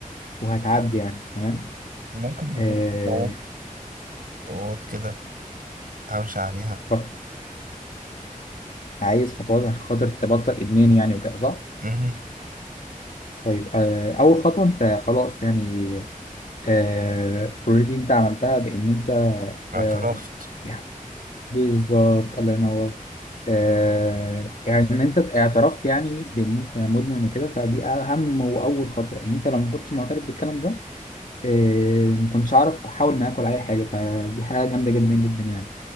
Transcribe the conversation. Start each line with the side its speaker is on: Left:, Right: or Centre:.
Left: وهتعدي يعني تمام
Right: ممكن تديني
Left: آه
Right: خطوات خطوات كده امشي عليها
Left: خط- عايز خطوات عشان خاطر تبطل إدمان يعني وكده صح؟
Right: مهم.
Left: طيب آه أول خطوة أنت خلاص يعني آه أوريدي أنت عملتها بإن أنت
Right: اعترفت
Left: آه يعني بالظبط الله ينور آه يعني إن أنت اعترفت يعني بإن أنت مدمن وكده فدي أهم وأول خطوة إن أنت لو ما كنتش معترف بالكلام ده إيه، ما كنتش اعرف احاول معاك ولا اي حاجه فدي حاجه جامده جدا جدا يعني